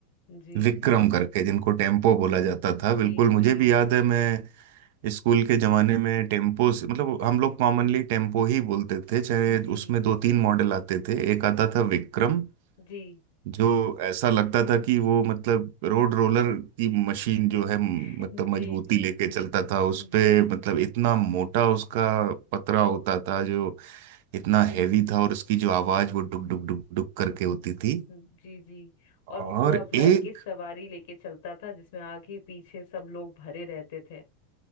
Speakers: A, on the left (about 75°); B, on the right (about 65°).
A: जी
B: विक्रम करके जिनको टेम्पो बोला जाता था
A: जी
B: बिल्कुल मुझे
A: जी
B: भी याद है मैं स्कूल के जमाने में टेम्पो से- मतलब हम लोग कॉमनली टेम्पो ही बोलते थे चाहे
A: जी
B: उसमें दो तीन मॉडल आते थे एक आता था विक्रम
A: जी
B: जो ऐसा लगता था कि वो मतलब रोड रोलर की मशीन जो है म-
A: <laughs>
B: मतलब
A: जी
B: मजबूती
A: जी
B: लेके चलता था उस
A: जी
B: पे मतलब इतना मोटा उसका पतरा होता था जो इतना
A: जी
B: हैवी था और उसकी जो आवाज वो डुक डुक डुक डुक करके होती थी
A: जी जी और वो
B: और
A: पूरा भर
B: एक
A: के सवारी लेके चलता था जिसमें आगे पीछे सब लोग भरे रहते थे